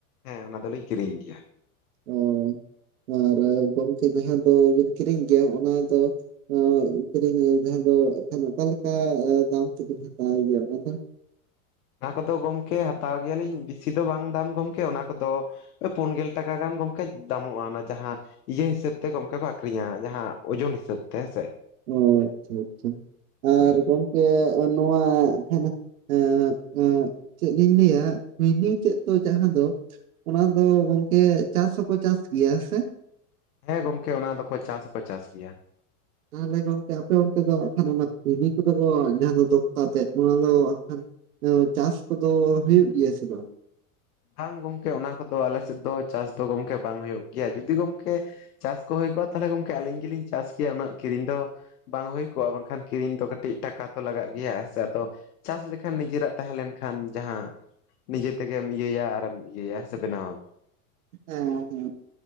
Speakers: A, on the left; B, on the right.
A: ᱦᱮᱸ, ᱚᱱᱟ ᱫᱚᱞᱤᱧ ᱠᱤᱨᱤᱧ ᱜᱮᱭᱟ ᱾
B: ᱚᱻ, ᱟᱨ ᱜᱚᱢᱠᱮ ᱡᱟᱦᱟᱸ ᱫᱚᱵᱤᱱ ᱠᱤᱨᱤᱧ ᱜᱮᱭᱟ ᱚᱱᱟ ᱫᱚ ᱟᱹᱜ ᱠᱤᱨᱤᱧ ᱡᱟᱦᱟᱸ ᱫᱚ ᱮᱠᱷᱟᱱ ᱚᱠᱟᱞᱮᱠᱟ ᱫᱟᱢ ᱛᱮᱵᱤᱱ ᱦᱟᱛᱟᱣ ᱜᱮᱭᱟ ᱚᱱᱟ ᱫᱚ?
A: ᱚᱱᱟ ᱠᱚᱫᱚ ᱜᱚᱢᱠᱮ ᱦᱟᱛᱟᱣ ᱜᱮᱭᱟᱞᱤᱧ ᱵᱤᱥᱤ ᱫᱚ ᱵᱟᱝ ᱫᱟᱢ ᱜᱚᱢᱠᱮ ᱚᱱᱟ ᱠᱚᱫᱚ ᱳᱭ ᱯᱳᱱ ᱜᱮᱞ ᱴᱟᱠᱟ ᱜᱟᱱ ᱜᱚᱢᱠᱮ ᱫᱟᱢᱚᱜᱼᱟ ᱚᱱᱟ ᱡᱟᱦᱟᱸ ᱤᱭᱟᱹ ᱦᱤᱥᱟᱹᱵᱽ ᱛᱮ ᱜᱚᱢᱠᱮ ᱠᱚ ᱟᱠᱷᱨᱤᱧᱟ ᱡᱟᱦᱟᱸ ᱳᱡᱳᱱ ᱦᱤᱥᱟᱹᱵ ᱛᱮ ᱦᱮᱸᱥᱮ ᱾
B: ᱚ, ᱟᱪᱪᱷᱟ ᱟᱪᱪᱷᱟ! ᱟᱨ
A: ᱦᱳᱭ
B: ᱜᱚᱝᱠᱮ ᱱᱚᱣᱟ ᱦᱟᱸᱜ ᱠᱷᱟᱱ ᱮᱸᱜ-ᱮᱸᱜ ᱪᱮᱫ ᱞᱤᱧ ᱞᱮᱭᱟ, ᱠᱷᱳᱭᱱᱤ ᱛᱮᱫ ᱫᱚ ᱡᱟᱦᱟᱸ ᱫᱚ ᱚᱱᱟ ᱫᱚ ᱜᱚᱝᱠᱮ ᱪᱟᱥ ᱦᱚᱸᱠᱚ ᱪᱟᱥ ᱜᱮᱭᱟ ᱦᱮ ᱥᱮ?
A: ᱦᱮᱸ, ᱜᱚᱝᱠᱮ ᱚᱱᱟ ᱫᱚᱠᱚ ᱪᱟᱥ ᱦᱚᱠᱚ ᱪᱟᱥ ᱜᱮᱭᱟ ᱾
B: ᱛᱟᱦᱚᱞᱮ ᱜᱚᱢᱠᱮ ᱟᱯᱮ ᱚᱱᱛᱮ ᱫᱚ ᱦᱟᱜ ᱠᱷᱟᱱ ᱚᱱᱟ ᱠᱷᱳᱭᱱᱤ ᱠᱚᱫᱚ ᱠᱚ ᱡᱟᱦᱟᱸ ᱫᱚ ᱫᱚᱠᱽᱛᱟ ᱛᱮᱫ ᱚᱱᱟ ᱫᱚ ᱟ ᱠᱷᱟᱱ ᱚ ᱪᱟᱥ ᱠᱚᱫᱚ ᱦᱩᱭᱩᱜ ᱜᱮᱭᱟ ᱥᱮ ᱵᱟᱝ?
A: ᱵᱟᱝ ᱜᱚᱝᱠᱮ ᱚᱱᱟ ᱠᱚᱫᱚ ᱟᱞᱮ ᱥᱮᱫ ᱫᱚ ᱪᱟᱥ ᱫᱚ ᱜᱚᱝᱠᱮ ᱵᱟᱝ ᱦᱩᱭᱩᱜ ᱜᱮᱭᱟ, ᱡᱩᱫᱤ ᱜᱚᱢᱠᱮ ᱪᱟᱥ ᱠᱚ ᱦᱩᱭ ᱠᱚᱜᱼᱟ ᱛᱟᱦᱚᱞᱮ ᱜᱚᱢᱠᱮ ᱟᱹᱞᱤᱧ ᱜᱤᱞᱤᱧ ᱪᱟᱥ ᱠᱮᱭᱟ ᱩᱱᱟᱹᱜ ᱠᱤᱨᱤᱧ ᱫᱚ ᱵᱟᱝ ᱦᱳᱭ ᱠᱚᱜᱼᱟ ᱵᱟᱝᱠᱷᱟᱱ ᱠᱤᱨᱤᱧ ᱫᱚ ᱠᱟᱹᱴᱤᱡ ᱴᱟᱠᱟ ᱛᱚ ᱞᱟᱜᱟᱜ ᱜᱮᱭᱟ ᱦᱮᱸ ᱥᱮ, ᱟᱫᱚ ᱪᱟᱥ ᱞᱮᱠᱷᱟᱱ ᱱᱤᱡᱮᱨᱟᱜ ᱛᱟᱦᱮᱸ ᱞᱮᱱᱠᱷᱟᱱ ᱡᱟᱦᱟᱸ ᱱᱤᱡᱮ ᱛᱮᱜᱮ ᱢᱤᱭᱟᱹᱭᱟ ᱟᱨᱮᱢ ᱤᱭᱟᱹᱭᱟ ᱥᱮ ᱵᱮᱱᱟᱣᱟᱢ ᱾
B: ᱦᱮᱸ ᱦᱮᱸ!